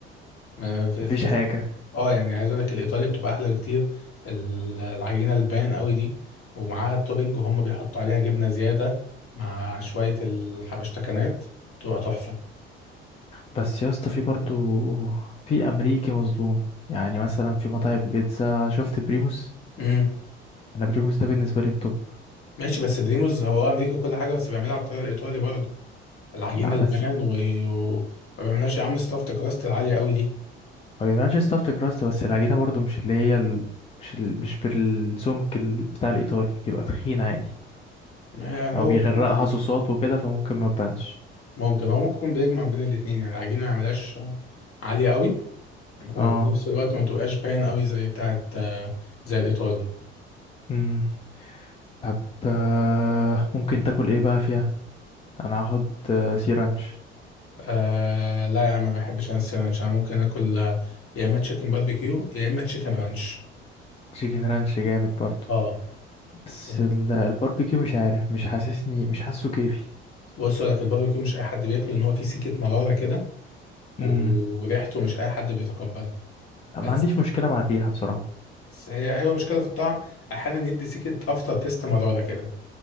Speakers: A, on the left; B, on the left.
A: ما- تحس
B: مفيش حاجه
A: اه يعني عايز اقول لك الايطالي بتبقى احلى بكتير ال- العجينه البان قوي دي ومعاها التوبينج وهم بيحطوا عليها جبنه زياده مع شويه الحبشتكنات تبقى تحفه
B: بس يا اسطى في برضو في امريكي مظلوم يعني مثلا في مطاعم بيتزا شفت بريموس
A: امم
B: انا بريموس ده بالنسبه لي التوب
A: ماشي بس بريموز هو امريكي وكل حاجه بس بيعملها على الطريقه الايطالي برضه العجينه
B: لا
A: البان
B: بس
A: و... و... ما بيعملهاش يا عم ستافت كراست العاليه قوي دي
B: ما بيعملش ستافت كراست بس العجينه برضو مش اللي هي ال... مش ال... مش بالسمك ال- بتاع الايطالي بيبقى تخين عادي
A: ما يعني
B: او
A: هو
B: بيغرقها
A: جمع ال-
B: صوصات وكده فممكن ما تبانش
A: ممكن هو ممكن يكون بيجمع بين الاثنين يعني العجينه ما يعملهاش عاليه قوي وفي
B: اه
A: نفس الوقت ما تبقاش بان قوي زي بتاعه زي الايطالي
B: مم. طب آه، ممكن تاكل ايه بقى فيها انا هاخد آه، سي رانش
A: آه لا يا عم ما بحبش انا الساندوتش انا ممكن اكل آه، يا اما تشيكن باربيكيو يا اما تشيكن رانش
B: تشيكن رانش جامد برضو
A: اه
B: بس
A: يعني
B: ال- الباربيكيو مش عارف مش حاسسني مش حاسه كيفي
A: بص اقول لك الباربيكيو مش اي حد بياكله ان هو فيه سكه مراره كده و-
B: امم
A: وريحته مش اي حد بيتقبلها بس
B: ما عنديش مشكلة مع الريحة بصراحة
A: بس هي هي مشكله في الطعم احيانا يدي سكه افتر تيست مراره كده